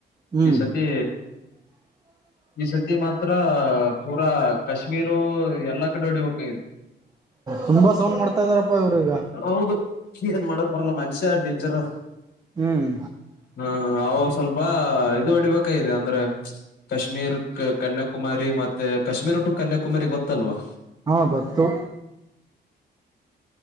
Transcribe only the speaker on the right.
ಹ್ಮ್
ತುಂಬಾ ಸೌಂಡ್ ಮಾಡ್ತಾ ಇದಾರಪ್ಪಾ ಇವ್ರು ಈಗ
ಹ್ಮ್
ಹಾ ಗೊತ್ತು